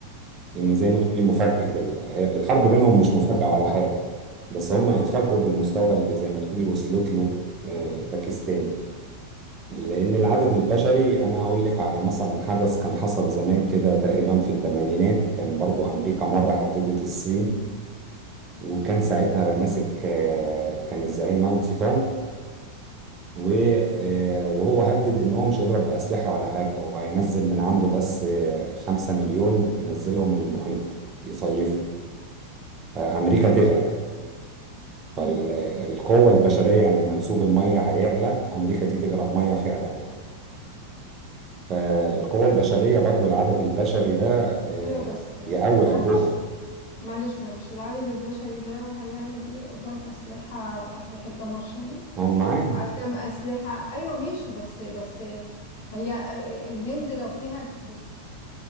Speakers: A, on the right; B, on the left.
A: يعني زي ما تقولي مفاجأة ال- الحرب بينهم مش مفاجأة ولا حاجة بس هما اتفاجئوا بالمستوى اللي زي ما تقولي وصلت له آه، باكستان لأن العدد البشري أنا أقول لك على مثلا حدث كان حصل زمان كده تقريبا في الثمانينات كان برضو أمريكا مرة هددت الصين وكان ساعتها ماسك آه، كان الزعيم ماو تسي تونج و- آه، وهو هدد إن هو مش هيضرب بأسلحة ولا حاجة هو هينزل من عنده بس آه، خمسة مليون ينزلهم المحيط يصيفوا فأمريكا تغرق فالقوة
B: امم
A: البشرية يعني منسوب المية هيعلى أمريكا دي تغرق مية فعلا يعني فالقوة البشرية برضو العدد البشري ده آه،
B: أيوه بس آه،
A: يقوي
B: معلش
A: قلبهم
B: معلش معلش العدد البشري ده هيعمل إيه قدام أسلحة أسلحة دمار شامل
A: ما هم معاهم
B: وقدام أسلحة أيوه ماشي بس بس هي آه، آه، الهند لو فيها بص